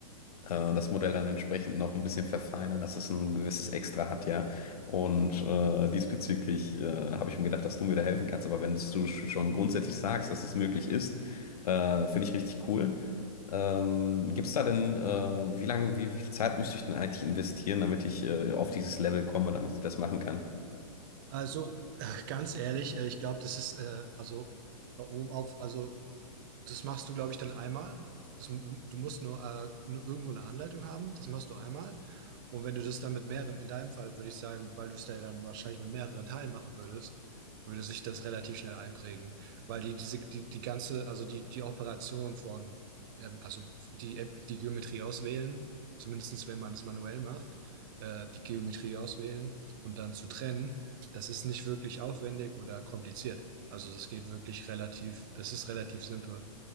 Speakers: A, on the left; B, on the right.
A: äh, das Modell dann entsprechend noch ein bisschen verfeinern, dass es ein gewisses Extra hat, ja. Und äh, diesbezüglich äh, habe ich mir gedacht, dass du mir da helfen kannst. Aber wenn du sch- schon grundsätzlich sagst, dass es möglich ist, äh, finde ich richtig cool. Ähm, gibt es da denn, äh, wie lange, wie, wie viel Zeit müsste ich denn eigentlich investieren, damit ich äh, auf dieses Level komme, damit ich das machen kann?
B: Also äh, ganz ehrlich, äh, ich glaube, das ist äh, also äh, um auf also Das machst du, glaube ich, dann einmal. Das, du musst nur, äh, nur irgendwo eine Anleitung haben. Das machst du einmal. Und wenn du das dann mit mehreren, in deinem Fall würde ich sagen, weil du es da dann wahrscheinlich mit mehreren Teilen machen würdest, würde sich das relativ schnell einprägen. Weil die, diese, die, die ganze, also die, die Operation von, ähm, also die, App- die Geometrie auswählen, zumindest wenn man es manuell macht, äh, die Geometrie auswählen und dann zu trennen, das ist nicht wirklich aufwendig oder kompliziert. Also das geht wirklich relativ, das ist relativ simpel.